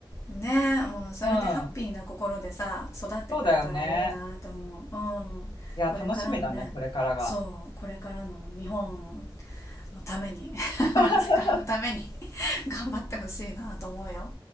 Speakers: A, on the left (about 30°); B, on the left (about 60°).
A: んねえもうそれでハッピーな心でさ育ってくれたらいいなと思ううんこれからのねそうこれからの日本
B: うん。そうだよね。いや、楽しみだね、これからが。
A: のために <laughs>
B: <laughs>
A: 世界のために <laughs> 頑張ってほしいなと思うよ